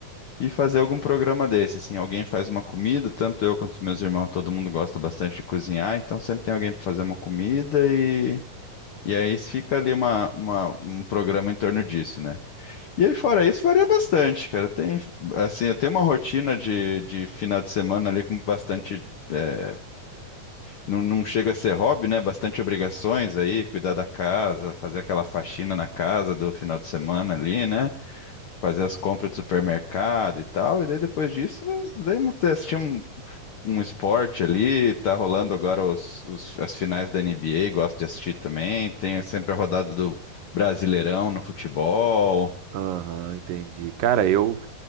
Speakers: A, on the left; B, on the right.
A: e fazer algum programa desse, assim, alguém faz uma comida, tanto eu quanto meus irmãos, todo mundo gosta bastante de cozinhar, então sempre tem alguém para fazer uma comida e e aí fica ali uma, uma- um programa em torno disso, né? E aí, fora isso, varia bastante, cara. Tem, assim, eu tenho uma rotina de, de final de semana ali com bastante. é, não, não chega a ser hobby, né? Bastante obrigações aí, cuidar da casa, fazer aquela faxina na casa do final de semana ali, né? Fazer as compras do supermercado e tal. E daí depois disso, daí manter- assistir um, um esporte ali. Tá rolando agora os, os- as finais da NBA, gosto de assistir também. Tem sempre a rodada do Brasileirão no futebol.
B: Aham, entendi. Cara, eu,